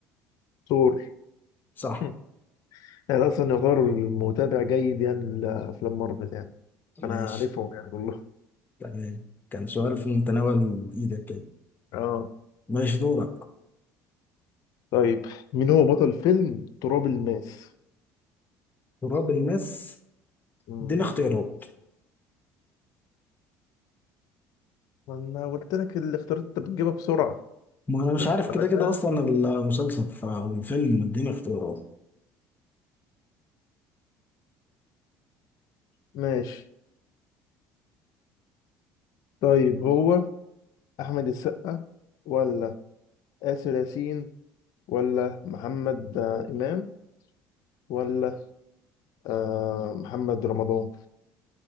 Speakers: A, on the left; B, on the left.
A: ثور
B: صح
A: هم. يعني اصلا يعتبر متابع جيد يعني لافلام مارفل يعني
B: ماشي
A: انا عارفهم يعني كلهم
B: تمام كان سؤال
A: أمم.
B: في متناول إيدك كده
A: اه
B: ماشي دورك
A: طيب مين هو بطل فيلم تراب الماس
B: تراب الماس
A: مم.
B: اديني اختيارات
A: ما انا قلت لك الاختيارات انت بتجيبها بسرعه
B: ما أنا مش
A: انا
B: عارف كده
A: كده
B: كده أصلا المسلسل ف- أو الفيلم اديني اختيارات
A: ماشي طيب هو احمد السقا ولا آسر ياسين ولا محمد آه، امام ولا آه محمد رمضان